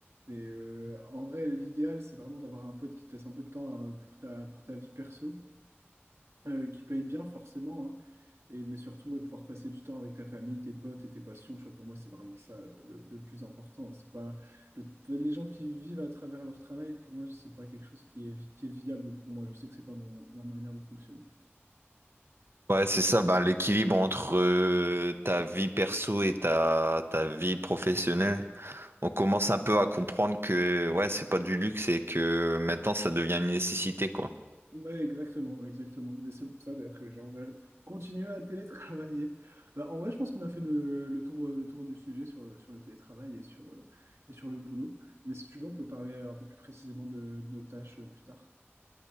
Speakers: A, on the right; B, on the right.
A: Mais euh, en vrai, l'idéal, c'est vraiment d'avoir un pote qui te laisse un peu de temps euh, pour ta, pour ta vie perso, euh, qui paye bien forcément, hein. et, mais surtout, ouais, pouvoir passer du temps avec ta famille, tes potes et tes passions. Tu vois, pour moi, c'est vraiment ça euh, le, le plus important. C'est pas le- enfin, les gens qui vivent à travers leur travail, pour moi, c'est pas quelque chose qui est, qui est viable pour moi. Je sais que c'est pas mon- ma manière de fonctionner.
B: Ouais, c'est ça, ben, l'équilibre entre euh, ta vie perso et ta, ta vie professionnelle. On commence un peu à comprendre que ouais, c'est pas du luxe et que maintenant ça devient une nécessité, quoi.
A: Ouais, exactement, exactement. Mais c'est pour ça d'ailleurs que les gens veulent continuer à télétravailler. Bah, en vrai, je pense qu'on a fait le, le tour, le tour du sujet sur, le- sur le télétravail et sur, euh, et sur le boulot. Mais si tu veux, on peut parler un peu plus précisément de, de nos tâches euh, plus tard.